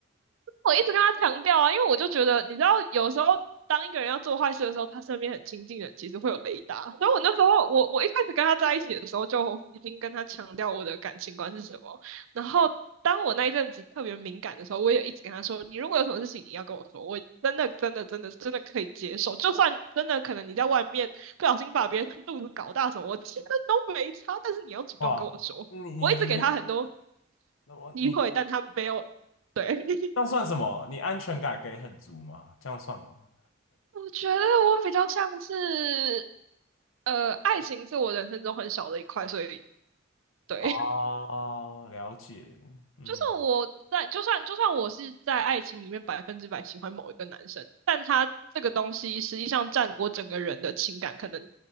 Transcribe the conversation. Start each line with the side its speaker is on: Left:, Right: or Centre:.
Right: 我一直跟他强调啊，因为我就觉得，你知道，有时候当一个人要做坏事的时候，他身边很亲近的人其实会有雷达。所以我那时候，我我一开始跟他在一起的时候，就已经跟他强调我的感情观是什么。然后，当我那一阵子特别敏感的时候，我也一直跟他说，你如果有什么事情，你要跟我说，我真的真的真的真的可以接受，就算真的可能你在外面不小心把别人肚子搞大什么，我真的都没差，但是你要主动跟我说。
Left: 哇，你你你
Right: 我一直给他很多
Left: 我你
Right: 机会，但他没有对。<laughs>
Left: 这样算什么？你安全感给很足吗？这样算吗？
Right: 我觉得我比较像是，呃，爱情是我人生中很小的一块，所以对，
Left: 哦，
Right: <laughs>
Left: 了解，嗯
Right: 就是我在，就算就算我是在爱情里面百分之百喜欢某一个男生，但他这个东西实际上占我整个人的情感可能